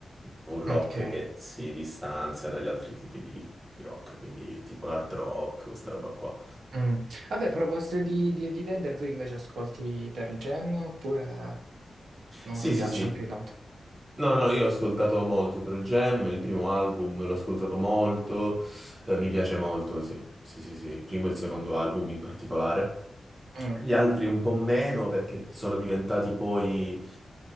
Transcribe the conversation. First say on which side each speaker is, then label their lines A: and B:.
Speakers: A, on the right; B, on the right.
A: un rock
B: Ok.
A: che si distanzia dagli altri tipi di, di rock, quindi tipo l'hard rock, questa roba qua.
B: Mm. Vabbè, a proposito di, di Eddie Vedder, tu invece ascolti Pearl Jam oppure non
A: Sì,
B: ti piacciono
A: sì, sì.
B: più di tanto?
A: No, no, io ho ascoltato molto Pearl Jam, il primo album l'ho ascoltato molto, eh, mi piace molto, sì. Sì, sì, sì, il primo e il secondo album in particolare.
B: Mm,
A: Gli altri un po' meno perché sono diventati poi,